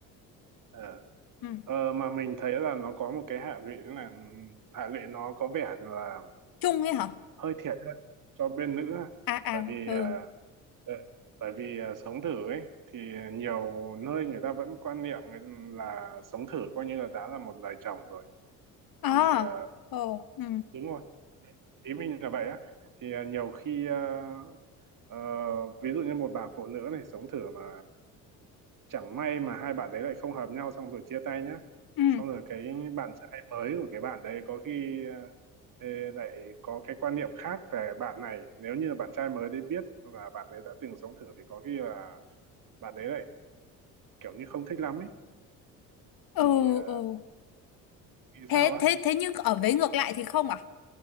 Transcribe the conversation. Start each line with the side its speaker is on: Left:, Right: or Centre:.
Right: ờ
Left: Ừ.
Right: Ờ, mà mình thấy là nó có một cái hệ lụy thế là ừm, hệ lụy nó có vẻ là
Left: Chung ấy hả?
Right: hơi thiệt hơn cho bên nữ ha.
Left: À
Right: bởi
Left: à,
Right: vì
Left: ừ.
Right: à, Ừ. Bởi vì à, sống thử ấy thì nhiều nơi người ta vẫn quan niệm người- là sống thử coi như là đã là một lời chồng rồi
Left: À,
Right: thì à,
Left: ồ, ừ,
Right: đúng rồi ý mình là vậy á thì à, nhiều khi à, ờ, ví dụ như một bạn phụ nữ này sống thử mà chẳng may mà hai bạn đấy lại không hợp nhau xong rồi chia tay nhá
Left: ừ,
Right: xong rồi cái bạn trai mới của cái bạn đấy có khi à, ê, lại có cái quan niệm khác về bạn này nếu như bạn trai mới đấy biết là bạn đấy đã từng sống thử thì có khi là bạn đấy lại kiểu như không thích lắm ấy
Left: ừ,
Right: thì ờ,
Left: ừ.
Right: nghĩ
Left: Thế,
Right: sao á
Left: thế, thế nhưng ở vế ngược lại thì không à?